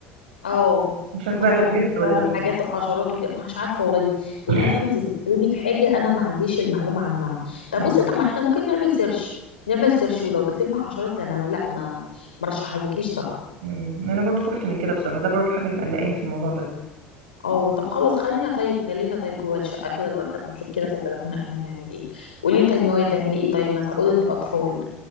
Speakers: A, on the left (about 75°); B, on the right (about 65°).
A: اه
B: مش عارفه
A: مثلا
B: بقى ده بجد
A: ممكن فعلا
B: ولا لا
A: حاجات وحشرات وكده مش عارفه والله دي- للاسف
B: مم.
A: انت بتساليني في حاجه انا ما عنديش المعلومه عنها طب
B: مم.
A: بصي طب ما احنا ممكن نعمل سيرش نعمل سيرش ولو بتلم حشرات انا لا ما مرشحهالكيش صراحه
B: مم. انا برضو خفت من كده بصراحه ده برضو الحاجه اللي مقلقاني في الموضوع ده
A: اه طب خلاص خلينا طيب خلينا طيب جوه الشقه كده لغايه لما نشوف كده في البلكونه احنا هنعمل ايه قولي طيب ناويه تعملي ايه طيب مثلا اوضه الاطفال